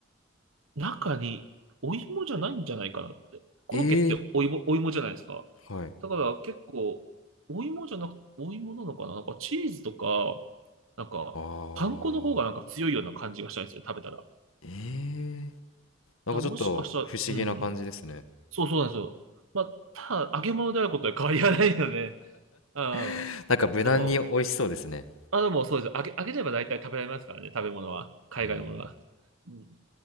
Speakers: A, on the right; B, on the left.
A: 中にお芋じゃないんじゃないかなって。コロッケってお芋、
B: ええ
A: お芋じゃないですか。
B: はい。
A: だから結構、お芋じゃなく、お芋なのかななんかチーズとか、なんか、
B: ああ、
A: パン粉の方がなんか強いような感じがしたんですよ、食べたら。だか
B: ええなんかちょっと不思議な感じですね。
A: らもしかしたら、うん。そうそうなんですよ。まあ、ただ、揚げ物であることは変わりはないので、うん。
B: <laughs> なんか無難に美味しそうですね。
A: でも、あ、でもそうです。揚げ、揚げれば大体食べられますからね、食べ物は。海外のものは。
B: うん。
A: うん。